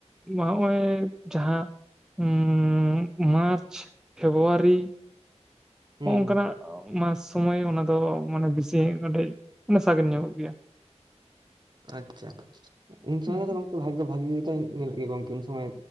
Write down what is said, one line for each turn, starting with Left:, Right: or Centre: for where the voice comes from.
Centre: ᱱᱚᱜ-ᱚᱭ ᱡᱟᱦᱟᱸ ᱩᱸᱻ ᱢᱟᱨᱪ ᱯᱷᱮᱵᱚᱣᱟᱨᱤ
Right: ᱦᱩᱸ
Centre: ᱦᱚᱸᱜ-ᱚᱝᱠᱟᱱᱟᱜ
Right: ᱦᱩᱸ
Centre: ᱢᱟᱥ ᱥᱚᱢᱚᱭ ᱚᱱᱟ ᱫᱚ ᱢᱟᱱᱮ ᱵᱮᱥᱤ ᱠᱟᱹᱴᱤᱡ ᱢᱟᱱᱮ ᱥᱟᱹᱜᱮᱱ ᱧᱚᱜᱚᱜ ᱜᱮᱭᱟ᱾
Right: ᱟᱪᱪᱷᱟ ᱾ ᱩᱱ ᱥᱚᱢᱚᱭ
Centre: ᱦᱮᱸ
Right: ᱫᱚ ᱜᱚᱝᱠᱮ ᱵᱷᱟᱜᱮ ᱵᱷᱟᱜᱤ ᱜᱮᱛᱚ ᱧᱮᱞᱚᱜ ᱜᱮᱭᱟ ᱜᱚᱝᱠᱮ ᱩᱱ ᱥᱚᱢᱚᱭ᱾